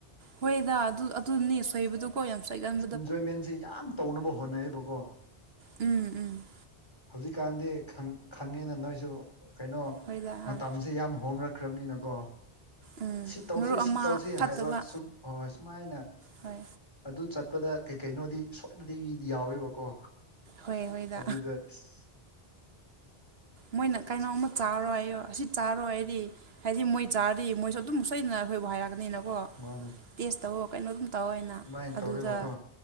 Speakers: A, on the right; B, on the left.
A: ꯍꯣꯏꯗ ꯑꯗꯨ ꯑꯗꯨꯅꯤ ꯁꯣꯏꯕꯗꯨ ꯀꯣꯏ ꯌꯥꯝ ꯆꯩꯒꯟ
B: ꯏꯟꯖꯣꯏꯃꯦꯟꯖꯦ ꯌꯥꯝ ꯇꯧꯅꯕ ꯍꯣꯠꯅꯩꯌꯦꯕꯀꯣ
A: ꯎꯝ ꯎꯝ
B: ꯍꯧꯖꯤꯛꯀꯥꯟꯗꯤ ꯈꯪ ꯈꯪꯉꯦꯅ ꯅꯣꯏꯖꯨ ꯀꯩꯅꯣ
A: ꯍꯣꯏꯗ
B: ꯃꯇꯝ
A: ꯑꯥ
B: ꯖꯦ ꯌꯥꯝ ꯍꯣꯡꯔꯛꯈ꯭ꯔꯕꯅꯤꯅꯀꯣ
A: ꯎꯝ
B: ꯁꯤ ꯇꯧꯁꯦ
A: ꯃꯔꯨꯞ ꯑꯃ
B: ꯁꯤ ꯇꯧꯁꯦ
A: ꯐꯠꯇꯕ
B: ꯍꯥꯏꯕ ꯁꯨꯝ ꯍꯣꯏ ꯁꯨꯃꯥꯏꯅ
A: ꯍꯣꯏ
B: ꯑꯗꯨ ꯆꯠꯄꯗ ꯀꯩ ꯀꯩꯅꯣꯗꯤ ꯁꯣꯏꯅꯗꯕꯤꯗꯤ ꯌꯥꯎꯋꯦꯕꯀꯣ
A: ꯍꯣꯏ ꯍꯣꯏꯗ
B: ꯑꯗꯨꯗ ꯑꯁ
A: ꯃꯣꯏꯅ ꯀꯩꯅꯣꯝꯃ ꯆꯥꯔꯣ ꯍꯥꯏꯌꯣ ꯑꯁꯤ ꯆꯥꯔꯣ ꯍꯥꯏꯗꯤ ꯍꯥꯏꯗꯤ ꯃꯣꯏ ꯆꯥꯔꯗꯤ ꯃꯣꯏꯁꯨ ꯑꯗꯨꯝ ꯁꯣꯏꯗꯅ ꯑꯩꯈꯣꯏꯕꯨ ꯍꯥꯏꯔꯛꯀꯅꯤꯅꯀꯣ
B: ꯃꯥꯅꯦ
A: ꯇꯦꯁ ꯇꯧꯋꯣ ꯀꯩꯅꯣ ꯑꯗꯨꯝ ꯇꯧ ꯍꯥꯏꯅ
B: ꯑꯗꯨꯃꯥꯏꯅ
A: ꯑꯗꯨꯗ
B: ꯇꯧꯔꯦꯕꯀꯣ